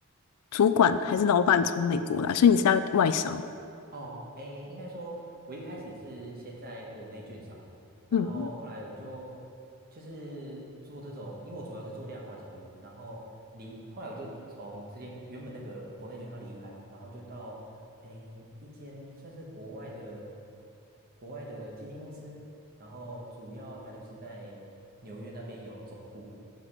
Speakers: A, on the left; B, on the right.
A: 主管还是老板从美国来，所以你是在外商。
B: 哦，诶，应该说，我一开始是先在国内券商，然后后来我就
A: 嗯，
B: 就是做这种，因为我主要是做量化交易，然后离后来我就从之前原本那个国内券商离开嘛，然后就到诶一间算是国外的国外的基金公司，然后主要它就是在纽约那边有总部，